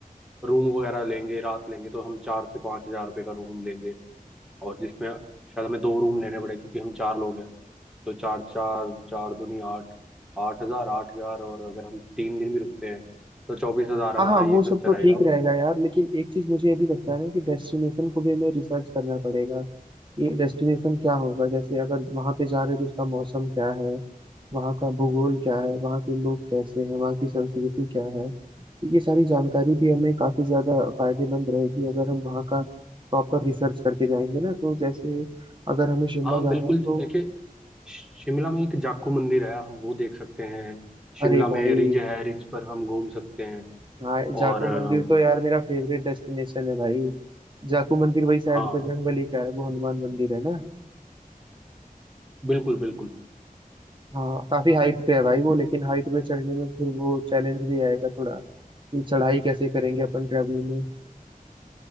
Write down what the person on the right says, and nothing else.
हाँ हाँ वो
सब तो
ठीक
रहेगा यार लेकिन एक चीज मुझे ये भी लगता है ना कि डेस्टिनेशन को भी हमें रिसर्च करना पड़ेगा ये डेस्टिनेशन क्या होगा जैसे अगर वहाँ पे जा रहे हैं तो उसका मौसम क्या है वहाँ का भूगोल क्या है वहाँ के लोग कैसे हैं वहाँ की संस्कृति क्या है तो ये सारी जानकारी भी हमें काफी ज्यादा फायदेमंद रहेगी अगर हम वहाँ का प्रॉपर रिसर्च करके जाएंगे ना तो जैसे अगर हमें शिमला
जाना
है तो
अरे
भाई
हाँ जाखू
मंदिर तो यार मेरा फेवरेट डेस्टिनेशन है भाई जाकू मंदिर भाई शायद
बजरंग बली का है वो हनुमान मंदिर है ना
हाँ काफी हाइट पे है भाई वो लेकिन हाइट पे चढ़ने में फिर वो चैलेंज भी आएगा थोड़ा कि चढ़ाई कैसे करेंगे अपन ट्रैवलिंग में